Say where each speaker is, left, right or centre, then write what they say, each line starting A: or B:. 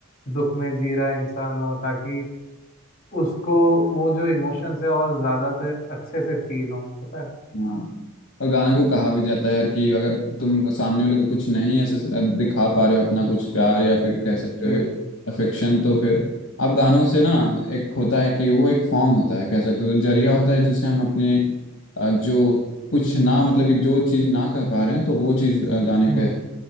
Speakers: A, on the left; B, on the left.
A: दुख में जी रहा इंसान हो ताकि उसको वो जो इमोशंस है और ज़्यादा तो अच्छे से फील हो पता है
B: हाँ और गाने को कहा भी जाता है यार कि अगर तुम सामने वाले को कुछ नहीं ऐसे दिखा पा रहे हो अपना कुछ प्यार या फिर कह सकते
A: जी
B: हो अफेक्शन तो फिर आप गानों से ना एक होता है कि वो एक फॉर्म होता है कह सकते हो जरिया होता है जिससे हम अपने अ, जो कुछ ना मतलब कि जो चीज़ ना कह पा रहे हैं तो वो चीज़ अ, गाने
A: हम्म
B: कह